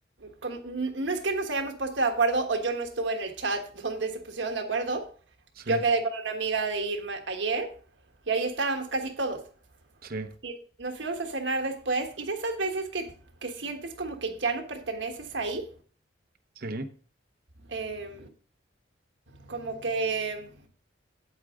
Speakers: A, on the right (about 70°); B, on the right (about 50°).
A: como- no es que nos hayamos puesto de acuerdo o yo no estuve en el chat <laughs> donde se pusieron de acuerdo.
B: sí,
A: Yo quedé con una amiga de Irma ayer y ahí estábamos casi todos.
B: sí,
A: Y nos fuimos a cenar después y de esas veces que, que sientes como que ya no perteneces ahí,
B: sí,
A: eh, como que,